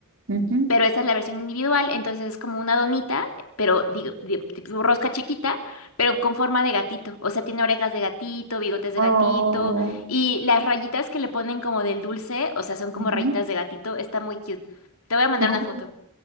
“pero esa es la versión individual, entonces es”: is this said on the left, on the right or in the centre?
Left